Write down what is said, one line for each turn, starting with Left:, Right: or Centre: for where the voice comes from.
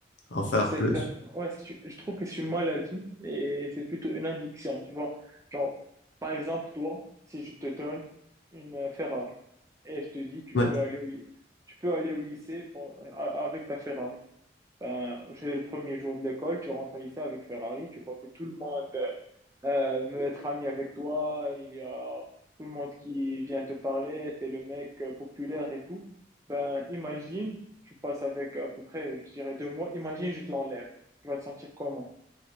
Left: en faire
Right: Cette
Left: plus.
Right: per- ouais, c'est une- je trouve que c'est une maladie et c'est plutôt une addiction, tu vois. Genre, par exemple, toi, si je te donne une euh, Ferrari et je te dis, tu
Left: Ouais.
Right: peux aller au, ly- tu peux aller au lycée pour- a- avec ta Ferrari. Ben, c'est le premier jour de l'école, tu rentres au lycée avec Ferrari, tu vois que tout le monde euh, veut être ami avec toi, il y a tout le monde qui vient te parler, t'es le mec euh, populaire et tout. Ben, imagine, tu passes avec euh, à peu près, je dirais deux mois, imagine, je te l'enlève. Tu vas te sentir comment?